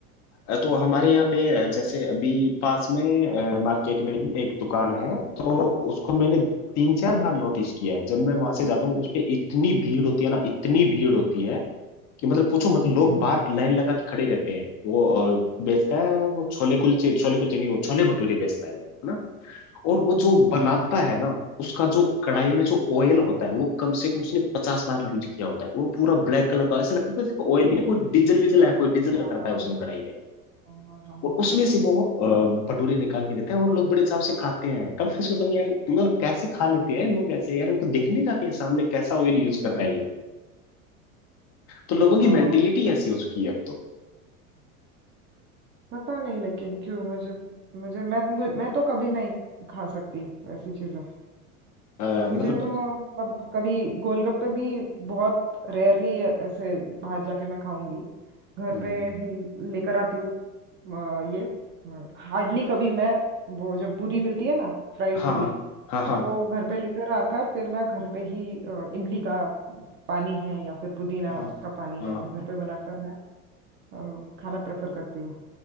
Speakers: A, on the left; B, on the right.
A: अ, तो हमारे यहाँ पे अ, जैसे अभी पास में मार्केट में ही एक दुकान है तो उसको मैंने तीन चार बार नोटिस किया है जब मैं वहां से जाता हूँ उस पे इतनी भीड़ होती है ना इतनी भीड़ होती है कि मतलब पूछो मतलब लोग
B: हम्म
A: बाहर लाइन लगा के खड़े रहते हैं वो अ, बेचता है वो छोले कुलचे छोले कुलचे नहीं वो छोले भटूरे बेचता है वो है ना। और
B: हम्म,
A: वो जो
B: हम्म, हम्म,
A: बनाता
B: हम्म।
A: है ना उसका जो कढ़ाई में जो ऑयल होता है वो कम से कम उसने पचास बार यूज किया होता है और पूरा ब्लैक कलर का
B: हाँ
A: ऐसा लगता है ऑयल नहीं है, कोई डीजल वीजल है कोई डीजल
B: हाँ
A: रख रखा है उसने कढ़ाई में
B: हाँ हाँ, हाँ,
A: और उसमें से वो अ, भटूरे निकाल के देता है और लोग बड़े चाव से खाते हैं तब मैं सोचता हूँ यार मतलब कैसे खा लेते हैं लोग ऐसे यार उनको देखने जाते हैं सामने कैसा ऑयल यूज कर रहा है ये तो लोगों
B: हाँ।
A: की मेंटेलिटी ऐसी हो चुकी है अब तो
B: पता नहीं लेकिन क्यों मुझे मुझे मैं मु- मैं तो कभी नहीं खा सकती वैसी चीजें
A: अ,
B: मुझे
A: मतलब
B: तो मतलब कभी गोलगप्पे भी बहुत रेयरली ऐसे बाहर जाके मैं खाऊंगी घर
A: हम्म,
B: पे ही लेकर आती हूँ अ, ये हार्डली कभी मैं वो जो पूरी मिलती है ना फ्राइड
A: हाँ
B: पूरी
A: हाँ हाँ
B: वो घर पे लेकर आकर फिर मैं घर पे ही अ, इमली का पानी है या फिर पुदीना
A: हाँ
B: का पानी
A: हाँ
B: है वो घर पे बनाकर मैं अ, खाना प्रेफर करती हूँ